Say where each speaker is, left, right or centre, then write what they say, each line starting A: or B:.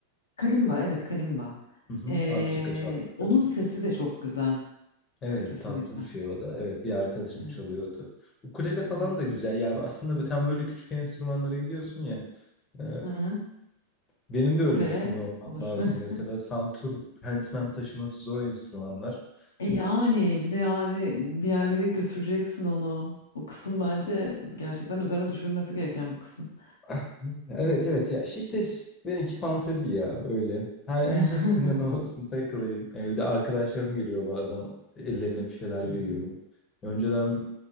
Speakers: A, on the left (about 65°); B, on the left (about 25°).
A: Kalimba, evet kalimba.
B: Hı hı,
A: E,
B: Afrika çalgısı.
A: onun sesi de çok güzel.
B: Evet
A: Kesinlikle.
B: tatlı bir şey o da. Evet bir arkadaşım
A: Evet,
B: çalıyordu. Ukulele falan
A: evet.
B: da güzel. Yani aslında sen böyle küçük enstrümanlara gidiyorsun ya. e,
A: Hı-hı.
B: benim de
A: Ukulele
B: öyle düşünüyor olmam
A: olur.
B: lazım.
A: <laughs>
B: Mesela santur, hentmen taşıması zor enstrümanlar. <laughs>
A: E yani bir de yani bir yerlere götüreceksin onu. O kısım bence gerçekten üzerine düşürülmesi gereken bir kısım.
B: Ah, Evet evet ya işte benimki fantezi ya öyle. Her, her
A: <laughs> Hı
B: hepsinden olsun takılayım. Evde arkadaşlarım geliyor bazen ellerine bir şeyler
A: hı.
B: veriyorum. Önceden